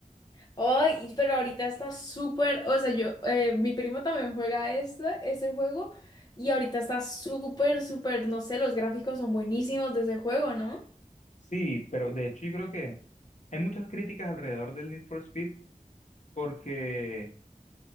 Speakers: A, on the left (about 30°); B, on the left (about 60°).
A: Ay, y- pero ahorita está súper, o sea, yo, eh, mi primo también juega este, ese juego y ahorita está súper, súper, no sé, los gráficos son buenísimos de ese juego, ¿no?
B: Sí, pero de hecho yo creo que hay muchas críticas alrededor del Need for Speed porque